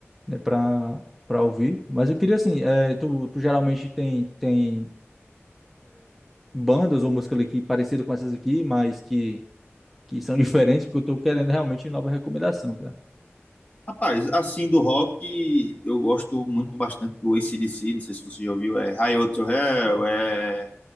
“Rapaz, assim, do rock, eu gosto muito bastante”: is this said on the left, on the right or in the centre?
Left